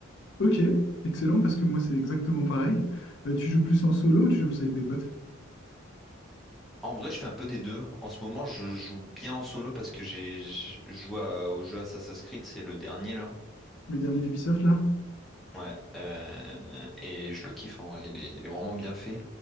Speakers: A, on the left; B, in the centre.
A: Ok, excellent, parce que moi c'est exactement pareil. Euh, tu joues plus en solo ou tu joues plus avec des potes?
B: En vrai, je fais un peu des deux. En ce moment, je joue bien en solo parce que j'ai je joue à- au jeu Assassin's Creed, c'est le dernier là.
A: Le dernier d'Ubisoft là?
B: Ouais, euh, et je le kiffe en vrai, il est, il est vraiment bien fait.